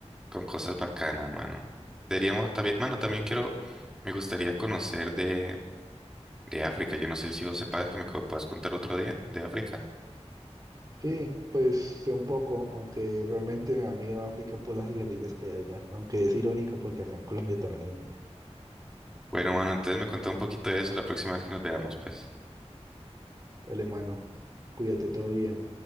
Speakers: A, in the centre; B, on the right.
A: con cosas bacanas, mano. Deberíamos, también, mano, también quiero, me gustaría conocer de, de África. Yo no sé si vos sepas que me co- puedas contar otro día de África.
B: Sí, pues sé un poco, aunque realmente me da miedo África por las guerrillas que hay allá. Aunque es irónico porque acá en Colombia también hay muchas.
A: Bueno, mano, entonces me contá un poquito de eso la próxima vez que nos veamos, pues.
B: Dale, mano, cuídate, todo bien.